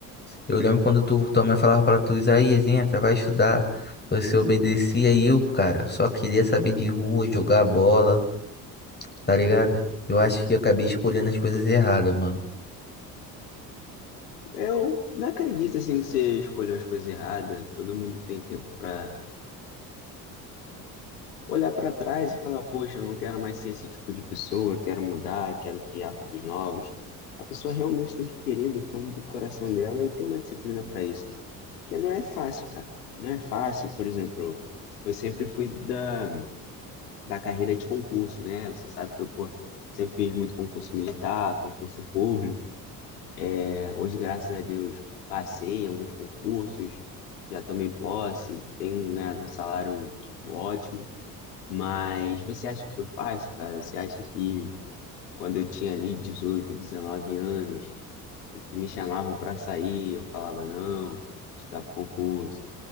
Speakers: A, on the left; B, on the left.
A: Eu lembro quando tu, tua mãe falava pra tu, Isaías, entra, vai estudar. Você obedecia e eu, cara, só queria saber de rua, jogar bola, tá ligado? Eu acho que eu acabei escolhendo as coisas erradas, mano.
B: Eu não acredito assim que você escolheu as coisas erradas. Todo mundo tem tempo pra olhar pra trás e falar, poxa, eu não quero mais ser esse tipo de pessoa, quero mudar, quero ter hábitos novos. A pessoa realmente tem que querer do fundo do coração dela e ter uma disciplina pra isso, né? Porque não é fácil, cara. Não é fácil, por exemplo, eu sempre fui da, da carreira de concurso, né? Você sabe que eu, pô, sempre fiz muito concurso militar, concurso público. É, hoje, graças a Deus, passei em alguns concursos, já tomei posse, tenho ganhado um salário, tipo, ótimo. Mas você acha que foi fácil, cara? Você acha que quando eu tinha ali 18, 19 anos, e que me chamavam pra sair, eu falava não, tem que estudar pro concurso.